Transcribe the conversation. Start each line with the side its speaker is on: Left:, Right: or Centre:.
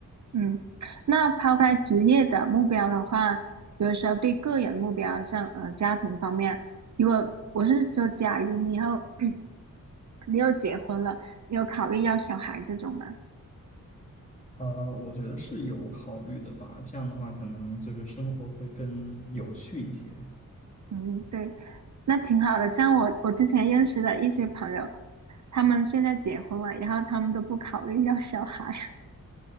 Right: 嗯，那抛开职业的目标的话，比如说对个人目标，像呃家庭方面，如果我是说，假如你以后 <clears throat> 你又结婚了，你有考虑要小孩这种吗？
Left: 呃，我觉得是有考虑的吧，这样的话可能就是生活会更有趣一些。
Right: 嗯，对，那挺好的。像我我之前认识的一些朋友，他们现在结婚了，然后他们都不考虑要小孩。<laughs>